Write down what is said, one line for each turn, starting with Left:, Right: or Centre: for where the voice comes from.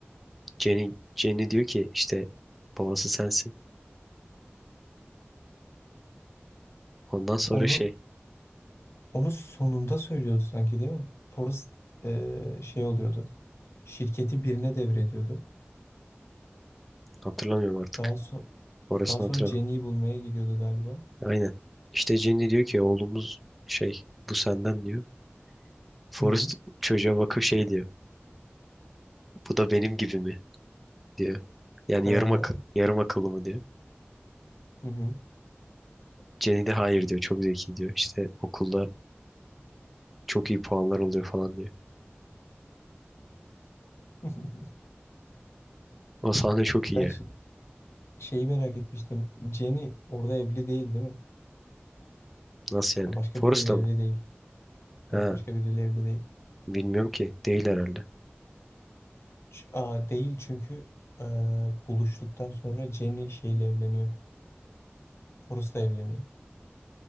Centre: Jenny Jenny diyor ki işte babası sensin. Ondan sonra
Left: Onu
Centre: şey
Left: onu sonunda söylüyordu sanki değil mi? Forrest eee, şey oluyordu. Şirketi birine devrediyordu.
Centre: Hatırlamıyorum artık.
Left: Daha sonra
Centre: Orasını
Left: daha sonra
Centre: hatırlamıyorum.
Left: Jenny'i bulmaya gidiyordu galiba.
Centre: Aynen. İşte Jenny diyor ki oğlumuz şey bu senden diyor. Forrest
Left: Hı hı.
Centre: çocuğa bakıp şey diyor. Bu da benim gibi mi diyor. Yani
Left: Ha,
Centre: yarım akı yarım akıllı mı diyor.
Left: hı hı.
Centre: Jenny de hayır diyor. Çok zeki diyor. İşte okulda çok iyi puanlar oluyor falan diyor.
Left: <laughs>
Centre: O sahne çok iyi
Left: Ben
Centre: ya.
Left: şey- şeyi merak etmiştim. Jenny orada evli değil değil mi?
Centre: Nasıl yani?
Left: Ha, Başka
Centre: Forrest
Left: biriyle
Centre: mı?
Left: evli değil. Yok
Centre: Ha,
Left: başka biriyle evli değil.
Centre: bilmiyorum ki. Değil herhalde.
Left: Ç- Aa, değil çünkü e, buluştuktan sonra Jenny şeyle evleniyor. Forrest'la evleniyor.